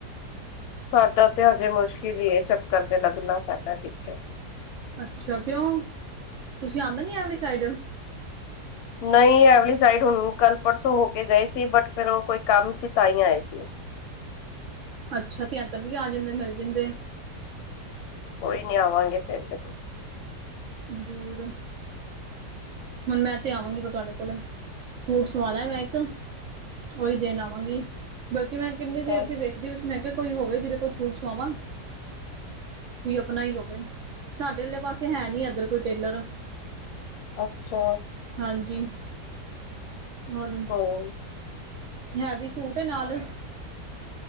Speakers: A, on the left (about 70°); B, on the right (about 70°).
A: ਸਾਡਾ ਤੇ ਹਜੇ ਮੁਸ਼ਕਿਲ ਈ ਐ ਚੱਕਰ ਤੇ ਲੱਗਣਾ, ਸਾਡਾ ਕਿਥੇ
B: ਅਛਾ ਕਿਉਂ? ਤੁਸੀਂ ਆਂਦੇ ਨੀ ਐ ਵਾਲੀ ਸਾਈਡ
A: ਨਹੀ ਐ ਵਾਲੀ ਸਾਈਡ ਹੁਣ ਕੱਲ੍ਹ ਪਰਸੋਂ ਹੋ ਕੇ ਗਏ ਸੀ, ਬਟ ਫਿਰ ਉਹ ਕੋਈ ਕਮ ਸੀ ਤਾਂ ਈ ਆਏ ਸੀ।
B: ਅੱਛਾ, ਐਧਰ ਵੀ ਆ ਜਾਂਦੇ ਮਿਲ ਜਾਂਦੇ
A: ਕੋਈ ਨੀ ਆਵਾਂਗੇ ਫੇਰ ਕਦੇ-
B: ਜ਼ਰੂਰ- ਹੁਣ ਮੈ ਤੇ ਆਵਾਂਗੀ ਫੇਰ ਤੁਹਾਡੇ ਕੋਲ ਸੂਟ ਸਵਾ ਲੈ ਮੈ ਇਕ- ਉਹੀ ਦੇਣ ਆਵਾਂਗੀ ਬਲਕਿ ਮੈ ਕਿਨੀ ਦੇਰ
A: ਹਾਂ
B: ਦੀ ਵੇਖ- ਮੈਂ ਕੇਹਾ ਕੋਈ ਹੋਵੇ ਜਿਹਦੇ ਕੋਲ ਮੈਂ ਸੂਟ ਸੁਆਵਾਂ- ਕੋਈ ਆਪਣਾ ਹੀ ਹੋਵੇ, ਸਾਡੇ ਵਾਲੇ ਪਾਸੇ ਹੈਨੀ ਏਧਰ ਕੋਈ ਟੇਲਰ-
A: ਅਛਾ-
B: ਹਾਂਜੀ- ਹ <unintelligible>
A: ਹੂ-
B: ਹੈਵੀ ਸੂਟ ਨਾਲ-